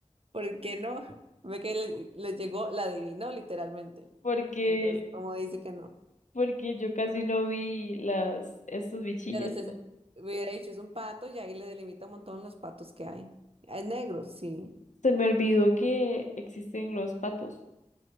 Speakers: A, on the right; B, on the left.
A: ¿Por qué no? Ve que le, le llegó, la adivinó literalmente.
B: porque,
A: Entonces, ¿cómo dice que no?
B: porque yo casi no vi las, estos bichillos.
A: Pero se, hubiera dicho, es un pato y ahí le delimita un montón los patos que hay. Es negro, sí.
B: Se me olvidó que existen los patos.